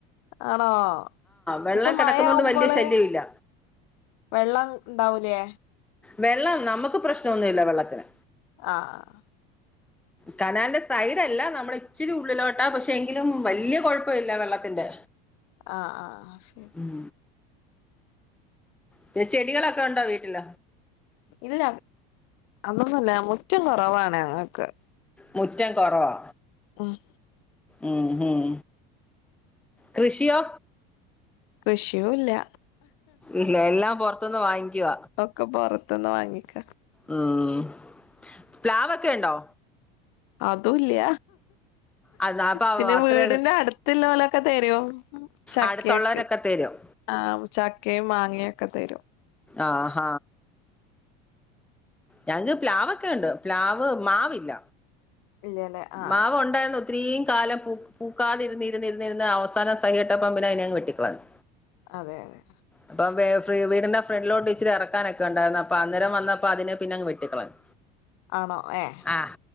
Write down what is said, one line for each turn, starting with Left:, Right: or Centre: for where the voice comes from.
Left: ആണോ
Centre: വെള്ളം
Left: ഇപ്പൊ
Centre: കിടക്കുന്നോണ്ട്
Left: മഴ ആവുമ്പോള്
Centre: വലിയ ശല്യമില്ല
Left: വെള്ളം ഉണ്ടാവൂലേ
Centre: വെള്ളം നമുക്ക് പ്രശ്നോന്നുല്ല വെള്ളത്തിന്
Left: ആഹ്
Centre: കനാല്ന്റെ സൈഡല്ല നമ്മള് ഇച്ചിരി ഉള്ളിലോട്ട പക്ഷെ എങ്കിലും വല്യ കൊഴപ്പവില്ല വെള്ളത്തിന്റെ
Left: ആഹ് ആഹ് ആഹ് ശരി
Centre: ഉം പിന്നെ ചെടികളൊക്കെ ഉണ്ടോ വീട്ടിൽ
Left: ഇല്ല അതൊന്നല്ല മുറ്റും കുറവാണ് ഞങ്ങൾക്ക്
Centre: മുറ്റം കുറവാ
Left: ആഹ്
Centre: ഉം ഉം കൃഷിയോ
Left: കൃഷിയൂല്ല
Centre: ഇല്ല എല്ലാം പറത്തുനിന്ന് വാങ്ങിക്കുവ
Left: ഒക്കെ പുറത്തുന്ന് വാങ്ങിക്ക
Centre: ഉം പ്ലാവ്ക്കെ ഉണ്ടോ
Left: അതുംല്ല
Centre: അത് അപ്പൊ
Left: പിന്നെ
Centre: അത്ര
Left: വീടിന്റെ അടുത്ത്ള്ള ഓ ലൊക്കെ തരും ചക്കൊക്കെ
Centre: അടുത്തുള്ളവരൊക്കെ തരും
Left: ആഹ് ചക്കയും മാങ്ങയും ഒക്കെ തരും
Centre: ആഹ ഞങ്ങക്ക് പ്ലാവ ഒക്കെ ഉണ്ട് പ്ലാവ് മാവില്ല
Left: ഇല്ലല്ലേ ആഹ്
Centre: മാവ് ഉണ്ടായിന്ന് ഇത്രയും കാലം പൂക്കാതിരിരുന്ന അവസാന സഹി കെട്ടപ്പോ അതിനങ് വെട്ടിക്കളഞ്ഞു
Left: അതെ അതെ
Centre: അപ്പം വീടിന്റെ ഫ്രണ്ടിലോട്ട് ഇച്ചിരി ഇറക്കാനൊക്കെ ഉണ്ടായിരുന്നു അപ്പൊ അന്നേരം വന്നപ്പോ അതിന് പിന്നങ്ങ് വെട്ടിക്കളയും
Left: ആണോ ഏ
Centre: ആഹ്